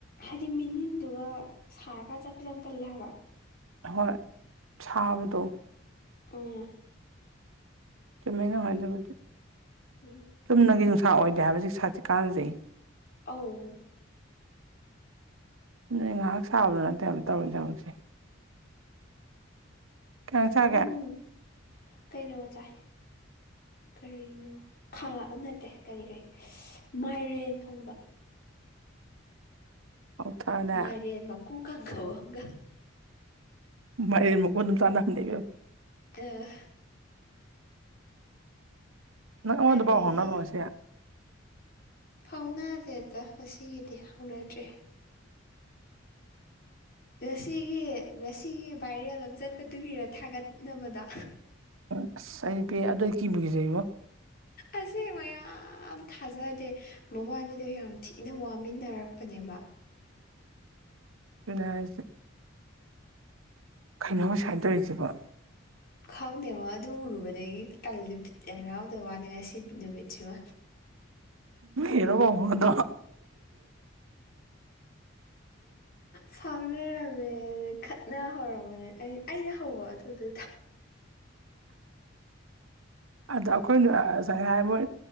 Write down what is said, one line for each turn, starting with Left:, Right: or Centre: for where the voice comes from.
Left: ꯍꯥꯏꯗꯤ ꯃꯤꯅꯤꯟꯗꯨꯒ ꯁꯥꯔꯀꯥꯟꯗ ꯆꯠꯄꯁꯦ ꯌꯥꯝ ꯇꯜꯂꯦ ꯍꯥꯏꯕ
Right: ꯍꯣꯏ ꯁꯥꯕꯗꯣ
Left: ꯎꯝ
Right: ꯀꯃꯥꯏꯅꯣ ꯍꯥꯏꯗꯕꯗꯤ
Left: ꯎꯝ
Right: ꯆꯨꯝꯅꯒꯤ ꯅꯨꯡꯁꯥ ꯑꯣꯏꯗꯦ ꯍꯥꯏꯕꯁꯤ ꯁꯥꯥꯁꯤ ꯀꯥꯟꯅꯖꯩ
Left: ꯑꯧ
Right: ꯁꯨꯝ ꯅ ꯉꯥꯏꯍꯥꯛ ꯁꯥꯕꯗꯣ ꯅꯠꯇꯦꯕ ꯇꯧꯔꯔꯤ ꯊꯕꯛꯁꯦ ꯀꯩ ꯏꯟꯖꯥꯡ ꯆꯥꯒꯦ
Left: ꯑꯃꯁꯨꯡ ꯀꯩꯅꯣ ꯆꯥꯏ ꯀꯔꯤꯅꯣ ꯈꯥ ꯅꯠꯇꯦ ꯀꯔꯤ ꯀꯔꯤ ꯃꯥꯏꯔꯦꯟ ꯊꯣꯡꯕ
Right: ꯍꯥꯎꯊꯛꯑꯅꯦ
Left: ꯃꯥꯏꯔꯦꯟ ꯃ ꯀꯨ ꯀꯥꯡꯪꯈꯒ
Right: ꯃ ꯃꯀꯨ ꯑꯗꯨꯝ ꯆꯥꯅꯍꯝꯅꯨ
Left: ꯑ
Right: ꯅꯪꯉꯣꯟꯗ
Left: ꯑꯗꯒꯤ
Right: ꯄꯥꯎ ꯍꯥꯎꯅꯔꯣꯁꯦ
Left: ꯐꯥꯎꯅꯥꯗꯦꯗ ꯑꯁꯤꯒꯤꯗꯤ ꯍꯧꯅꯗ꯭ꯔꯦ ꯉꯁꯤꯒꯤ ꯉꯁꯤꯒꯤ ꯚꯥꯏꯔꯦꯜ ꯑꯃ ꯆꯠꯄꯗꯨꯒꯤꯔ ꯊꯥꯒꯠꯅꯕꯗ
Right: ꯑꯣ ꯑꯁ ꯑꯩ ꯅꯨ ꯄꯦ ꯑꯗꯨꯗ ꯑꯩ ꯀꯤꯕꯨꯈꯤꯖꯩꯕꯣ
Left: ꯑꯁꯦ ꯃꯌꯥꯝ ꯊꯥꯖꯗꯦ ꯃꯕꯥꯅꯤꯗꯣ ꯌꯥꯝ ꯊꯤꯅ ꯋꯥꯃꯤꯟꯅꯔꯛꯄꯅꯦꯕ
Right: ꯑꯗꯨꯅ ꯍꯥꯏꯁꯦ ꯈꯩꯅꯧ ꯁꯥꯏꯅ ꯇꯧꯔꯤꯁꯤꯕ
Left: ꯈꯪꯗꯦꯉꯣ ꯑꯗꯨ ꯎꯔꯨꯕꯗꯒꯤ ꯀꯕꯤꯠ ꯌꯥꯝ ꯌꯥꯎꯗꯕ ꯋꯥꯅꯤ ꯉꯁꯤ ꯅꯨꯃꯤꯠꯁꯤꯃ
Right: ꯍꯔꯣ ꯄꯥꯎ ꯐꯗ
Left: ꯐꯥꯎꯅꯔꯕ ꯅ ꯍꯧꯔꯝꯕꯅꯦ ꯑꯩꯅ ꯍꯧꯕ ꯑꯗꯨꯗ
Right: ꯑꯗ ꯑꯩꯈꯣꯏꯅ ꯉꯁꯥꯏ ꯍꯥꯏ ꯃꯣꯏ